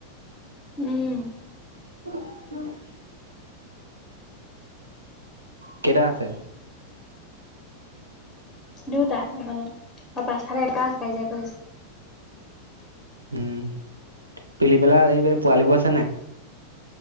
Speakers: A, on the left (about 25°); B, on the right (about 80°).
A: উম।
B: <inaudible> কেইটা আছে?
A: দুটা এইখনত আৰু পাছফালে একাল কাজিয়া কৰি আছে।
B: হম, পিলি পেলা এইবেলি পোৱালীবোৰ আছে নাই?